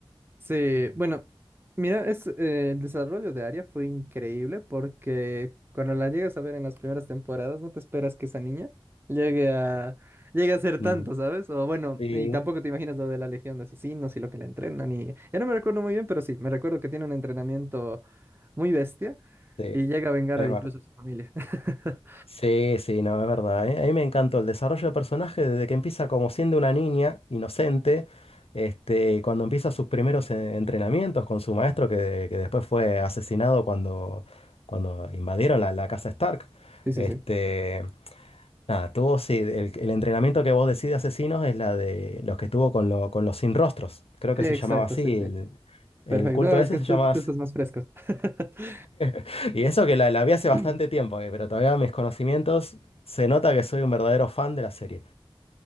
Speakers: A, on the right; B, on the left.
A: Sí, bueno, mira, es, eh, el desarrollo de Arya fue increíble porque cuando la llegas a ver en las primeras temporadas, no te esperas que esa niña llegue a, llegue a ser
B: Mm,
A: tanto, ¿sabes? O bueno,
B: Sí,
A: y tampoco te imaginas lo de la Legión de Asesinos y lo que la entrenan y ya no me recuerdo muy bien, pero sí, me recuerdo que tiene un entrenamiento muy bestia
B: sí,
A: y llega a vengar
B: es
A: a incluso
B: verdad.
A: a su familia. <laughs>
B: Sí, sí, no, es verdad. ¿eh? A mí me encantó el desarrollo de personaje desde que empieza como siendo una niña inocente, este, y cuando empieza sus primeros eh, entrenamientos con su maestro que, que después fue asesinado cuando, cuando invadieron la, la casa Stark.
A: Sí, sí,
B: Este,
A: sí.
B: Nada, tuvo, sí, el, el entrenamiento que vos decís de asesinos es la de los que estuvo con, lo- con los sin rostros. Creo que
A: Exacto,
B: se llamaba así.
A: sí, sí.
B: El, el
A: Perfecto.
B: culto
A: No, es
B: ese
A: que
B: se
A: tú,
B: llamaba
A: tú
B: así.
A: estás más fresco. <clears throat>
B: <laughs> Y eso que la, la vi hace bastante
A: <laughs>
B: tiempo, eh, pero todavía mis conocimientos se nota que soy un verdadero fan de la serie.